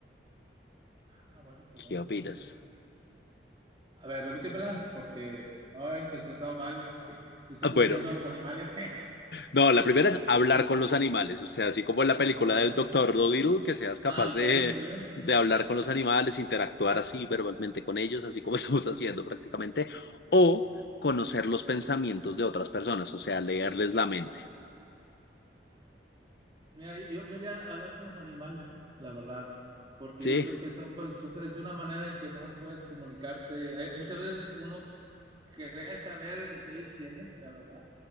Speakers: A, on the right (about 30°); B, on the left (about 60°).
A: Ah, buena pregunta.
B: ¿Qué opinas?
A: A ver, repítemela, porque no he interpretado mal y, y estoy
B: Ah,
A: confundiendo
B: Bueno,
A: a los animales.
B: no, la primera
A: <laughs>
B: es hablar con los animales, o sea, así
A: Hablar
B: como en la
A: con
B: película
A: los animales.
B: del Doctor Dolittle, que seas capaz
A: Ah,
B: de,
A: ok, muy bien.
B: de hablar con los animales, interactuar así verbalmente con ellos, así como <laughs> estamos haciendo prácticamente, o conocer los pensamientos de otras personas, o sea, leerles la mente.
A: Mira, yo me iría a hablar con los animales, la verdad, porque
B: Sí,
A: yo creo que eso pues, es una manera en que más puedes comunicarte. Hay- muchas veces uno querer saber lo que ellos tienen, la verdad.